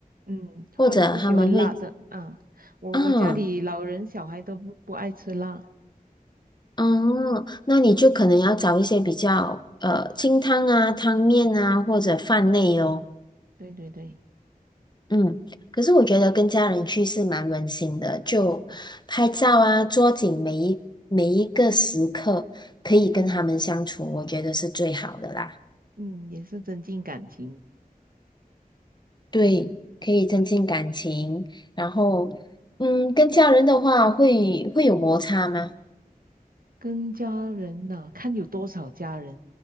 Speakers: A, on the right; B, on the left.
A: 嗯，
B: 或者他们会
A: 或者不喜欢辣的，啊，我我家里老人小孩都不不爱吃辣，
B: 啊，嗯，那你就可能要找一些比较呃清汤啊、汤面啊或者饭类哦。
A: 对对对，
B: 嗯，可是我觉得跟家人去是蛮温馨的，就拍照啊，捉紧每一每一个时刻，可以跟他们相处，
A: 嗯
B: 我觉得是最好的啦。
A: 嗯，也是增进感情。
B: 对，可以增进感情。然后，嗯，跟家人的话会会有摩擦吗？
A: 跟家人呐、看有多少家人。